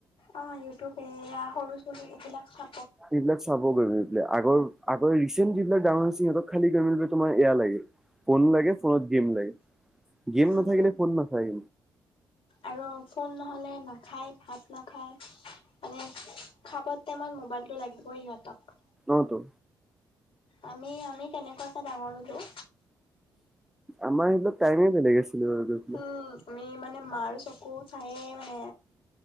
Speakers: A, on the left; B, in the centre.
A: অ', ইউটিউব বেয়া। সৰু চলি এইবিলাক চা
B: এইবিলাক চাব গৈ <unintelligible> আগৰ আ গৰ ৰিচেণ্ট যিবিলাক ডাঙৰ হৈছে, সিহঁতক খালি <unintelligible> তোমাৰ এয়া লাগে, ফোন লাগে, ফোনত গেম লাগে। গেম
A: উম
B: নাথাকিলে ফোন নাচায়
A: আৰু ফোন নহ'লে নাখায়, ভাত নাখায়। মানে খাবৰ টাইমত মোবাইলটো লাগিবই ইহঁতক।
B: অ'টো।
A: আমি- আমি তেনেকুৱাকে ডাঙৰ হলোঁ।
B: আমাৰ সেইবিলাক টাইমে বেলেগ আছিলে গৈ পেলাই
A: উম। আমি মানে মাৰ চকু চায়ে মানে